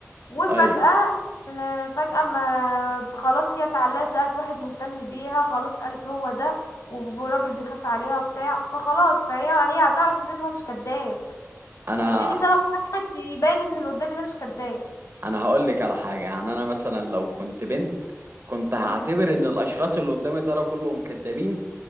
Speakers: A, on the left; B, on the right.
A: وفجاه
B: ايوه
A: آه، فجاه ما خلاص هي اتعلقت لقت واحد مهتم بيها خلاص قالت هو ده وراجل بيخاف عليها وبتاع فخلاص فهي هي هتعرف منين هو مش كذاب
B: انا
A: اديني سبب واحد يبين ان اللي قدامي ده مش كذاب
B: انا هقول لك على حاجه يعني انا مثلا لو كنت بنت كنت هعتبر
A: مم.
B: ان الاشخاص اللي قدامي دول كلهم كدابين